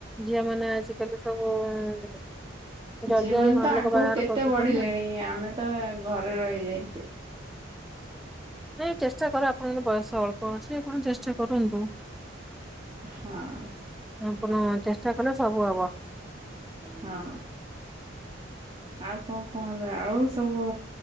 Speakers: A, in the centre; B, on the right.
A: ଝିଅ ମାନେ ଆଜିକାଲି ସବୁ ଜଲ୍ଦି
B: ଝିଅ
A: ଜଲ୍ଦି
B: ମାନ
A: ଘର
B: ତ ଆଗକୁ
A: ଲୋକ ବାହାଘର
B: କେତେ
A: କରିଦଉଛନ୍ତି
B: ବଢିଲେଣି
A: ନା।
B: ଆମେ ତ ଘରେ ରହିଯାଇଛେ।
A: ନାଇଁ ଚେଷ୍ଟା କର ଆପଣଙ୍କର ବୟସ ଅଳ୍ପ ଅଛି କଣ ଚେଷ୍ଟା କରନ୍ତୁ।
B: ହଁ
A: ଆପଣ ଚେଷ୍ଟା କଲେ ସବୁ ହବ।
B: ହଁ ଆଉ କଣ କହନ୍ତି ଆଉ ସବୁ?